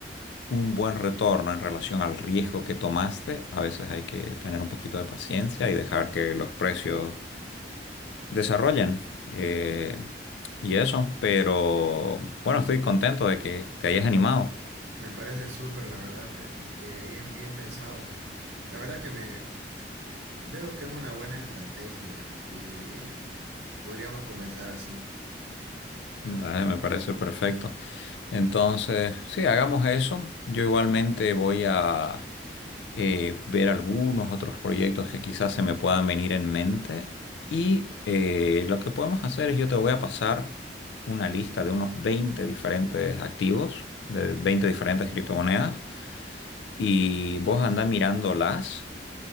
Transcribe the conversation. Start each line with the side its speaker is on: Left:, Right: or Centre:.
Left: un buen retorno en relación al riesgo que tomaste, a veces hay que tener un poquito de paciencia y dejar que los precios desarrollan. eh, y eso, pero bueno, estoy contento de que te hayas animado.
Right: Me parece súper, la verdad, me- eh, bien, bien pensado. me- la verdad que me veo que es una buena estrategia y podríamos comenzar así.
Left: Dale, me parece perfecto. Entonces, sí, hagamos eso. Yo igualmente voy a eh, ver algunos otros proyectos que quizás se me puedan venir en mente. Y eh, lo que podemos hacer es yo te voy a pasar una lista de unos 20 diferentes activos, de 20 diferentes criptomonedas, y vos andás mirándolas.